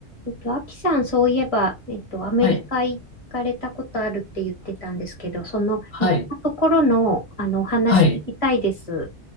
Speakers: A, on the left; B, on the left.
A: えっと、アキさん、そういえば、えっと、アメリカ行かれたことあるって言ってたんですけど、
B: はい、
A: その行ったところの、
B: はい、
A: あの、お話聞きたいです。
B: はい。